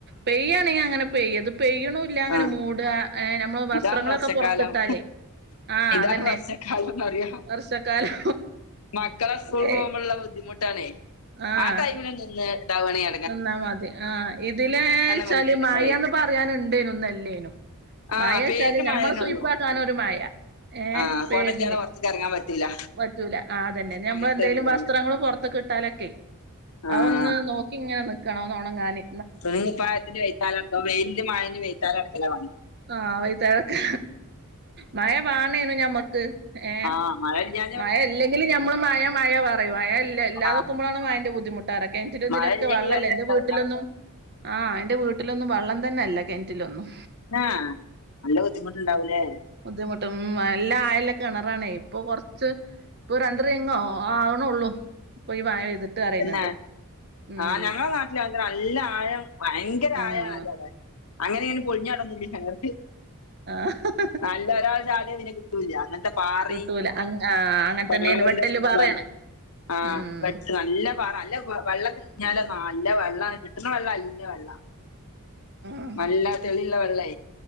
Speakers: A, on the right (about 50°); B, on the left (about 70°).
A: പെയ്യാണെങ്ങി അങ്ങനെ പെയ്യ ഇത് പെയ്യുണൂല്ല അങ്ങനെ
B: ആ
A: മൂടാ ഏഹ് നമ്മള് വസ്ത്രങ്ങളൊക്കെ
B: ഇതാണ് വർഷക്കാലം.
A: പൊറത്തിട്ടാലേ ആഹ്
B: ഇതാണ്
A: അതന്നെ
B: വർഷക്കാലന്നറയ
A: വർഷക്കാലം
B: മക്കളെ സ്കൂൾകോകുമ്പള്ള
A: അല്ലെ
B: ബുദ്ധിമുട്ടാണേ
A: ആഹ്
B: ആ ടൈമിലൊന്ന് നിന്ന് താ വാണങ്കി
A: നിന്നാ മതി ആ ഇതിലേച്ചാല്
B: വല്യ എടങ്ങേറേ
A: മയന്ന് പറയാനുണ്ടേനും ഇന്നാല്ലേനും
B: ആഹ്
A: മഴേച്ചാല്
B: പേരിന്
A: ഞമ്മള
B: മഴേന്നൊള്ളു
A: സുയിപ്പാക്കാനൊരു മഴ ഏ
B: ആഹ്
A: പേരിന്
B: കൊടല്ലാതെ പൊറത്ത്ക്ക് എറങ്ങാൻ പറ്റൂല
A: പറ്റൂല ആ അതെന്നെ ഞമ്മളെന്തേലും
B: അങ്ങനത്തെ ഒരു ഇതന്നെ
A: വസ്ത്രങ്ങള് പൊറ ത്ത് കിട്ടാലൊക്കെ
B: ആഹ്
A: അഹ്ഒന്ന് നോക്കിങ്ങനെ നിക്കണം ഒന്നൊണങ്ങാന്
B: തുണിം കുപ്പായത്തിൻ്റെ വൈത്താലടക്കാ ഇപ്പൊ വെയിലിൻ്റീം മഴൻ്റീം വൈത്താലടക്കലാ പണി.
A: ആഹ വൈന്നേരൊക്കെ മഴ വാണേനു ഞമ്മക്ക് ഏ
B: ആ മഴ ഇല്ല്യ
A: മഴ ഇല്ലെങ്കില് ഞമ്മള് മഴ മഴ പറയും മഴല്ലാ ല്ലാതെക്കുമ്പളാണ്
B: ആഹ്
A: മഴന്റെ ബുദ്ധിമുട്ട് അറ കെണറ്റിലുതിലൊക്കെ
B: മഴ ഇല്ലെങ്കി
A: വള്ളല്ല
B: വെള്ളം
A: എന്റെ
B: ഇണ്ടാവൂല
A: വീട്ടിലൊന്നും ആഹ് എൻ്റെ വീട്ടിലൊന്നും വള്ളം തന്നെല്ല കെൻറ്റിലൊന്നും
B: ആ നല്ല ബുദ്ധിമുട്ടുണ്ടാവൂലേ?
A: ബുദ്ധിമുട്ടും ഉം അല്ല ആയല്ല കിണറാണേ ഇപ്പൊ കൊറ ച്ച് ഇപ്പൊ രണ്ട്റിംഗ് ആ ആവുണൊള്ളു പോ ഈ മഴ പെയ്തിട്ട് അറിയണണ്ട്
B: തന്നെ
A: ഉം
B: ആ ഞങ്ങളനാ അങ്ങതന്നെ അല്ല ആഴം ഭയങ്കര
A: ആഹ്
B: ആയണല്ലോ അത് അങ്ങനീങ്ങ പൊളിഞ്ഞാടൊന്നുംല്ല ഞങ്ങ
A: ആ ആഹ്
B: നല്ല ഒരാൾ ചാടിയാ പിന്നെ കിട്ടൂല്ല്യ അങ്ങ ത്തെ പാറീ
A: കിട്ടൂല അങ്ങ ആഹ് അങ്ങനെ
B: <unintelligible>
A: തന്നെയാണ് വെട്ടല് പാറയാണ്
B: ആ
A: ഉം
B: വെച്ച് നല്ല പാറ അല്ല വെ വെള്ളം കിഞ്ഞാല്
A: ഉം
B: നല്ല വെള്ള കിട്ടുന്ന വെള്ള നല്ല വെള്ള
A: ഉം
B: നല്ല തെളിള്ള വെള്ളേ